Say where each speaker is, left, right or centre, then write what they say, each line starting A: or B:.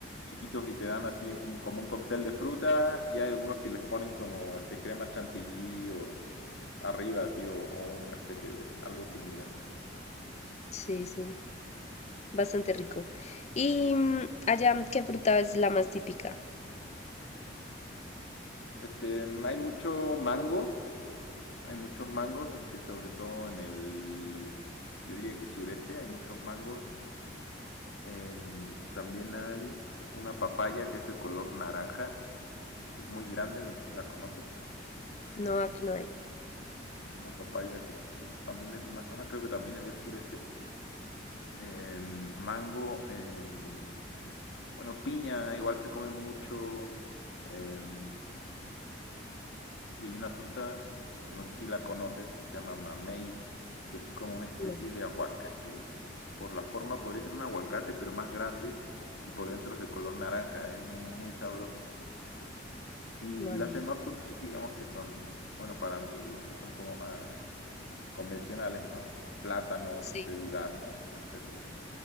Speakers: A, on the left; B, on the left.
A: chiquitos y te dan así un, como un cóctel de fruta y hay algunos que les ponen como este crema chantilly o arriba así o, o una especie de algo similar.
B: Sí, sí, bastante rico. Y mm, allá, ¿qué fruta es la más típica?
A: Este, hay mucho mango, hay muchos mangos, este, sobre todo en el, yo diría que sureste, hay muchos mangos Eh, también hay una papaya que es de color naranja, que es muy grande, no sé si la conoces.
B: No, aquí no hay.
A: Es una papaya que, es- que también es de una zona, creo que también es del sureste. Eh, mango, eh, bueno, piña igual se come mucho. Eh, y hay una fruta que no sé si la conoces, que se llama mamey, que es como una especie
B: No,
A: de aguacate. Por la forma podría ser un aguacate, pero más grande y por dentro es de color naranja. Es muy sabroso. Y
B: mami.
A: las demás frutas, digamos que son, bueno, para mi gusto son como más convencionales, ¿no? Plátanos,
B: Sí,
A: este, durazno, etcétera.